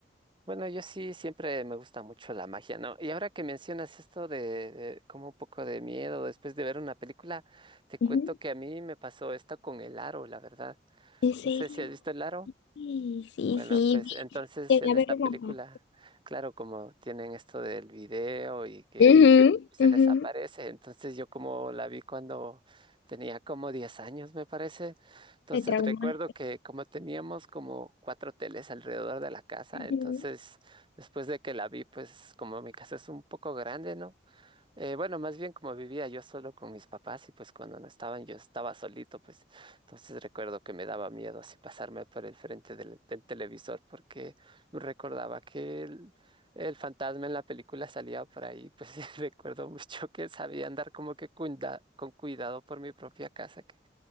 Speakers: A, on the right; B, on the left.
A: Bueno, yo sí siempre me gusta mucho la magia, ¿no? Y ahora que mencionas esto de, de como un poco de miedo después de ver una película, te cuento
B: Ujú.
A: que a mí me pasó esto con el aro, la verdad.
B: ¿En serio?
A: No sé si has visto el aro.
B: Sí, sí,
A: Bueno,
B: sí,
A: pues
B: vi-
A: entonces
B: llegué
A: en
B: a
A: esta
B: ver una
A: película,
B: parte.
A: claro, como tienen esto del video y que
B: Ujú,
A: se
B: ujú,
A: les aparece, entonces yo como la vi cuando tenía como 10 años, me parece, entonces
B: Te traumas.
A: recuerdo que como teníamos como cuatro teles alrededor de la casa,
B: Ujú,
A: entonces después de que la vi, pues como mi casa es un poco grande, ¿no? Eh, bueno, más bien como vivía yo solo con mis papás y pues cuando no estaban yo estaba solito, pues entonces recuerdo que me daba miedo así pasarme por el frente del, del televisor porque recordaba que el, el fantasma en la película salía por ahí, pues <laughs> y recuerdo mucho que sabía andar como que cuida- con cuidado por mi propia casa, que